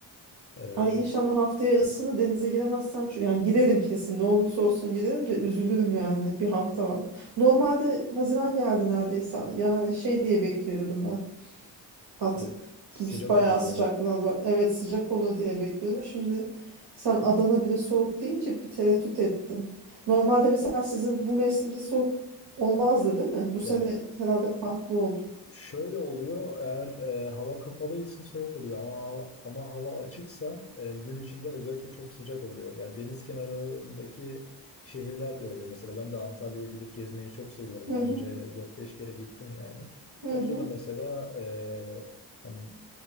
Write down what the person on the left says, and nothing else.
Ee,
e, sıcak
olurdu
yani.
Ya
Şöyle oluyor, eğer e, hava kapalıysa soğuk oluyor ama ama hava açıksa e, gün içinde özellikle çok sıcak oluyor. Ya deniz kenarındaki şehirler de öyle. Mesela ben de Antalya'ya gidip gezmeyi çok seviyorum.
Daha
önce dört beş kere gittim yani.
Orada
da mesela e, hani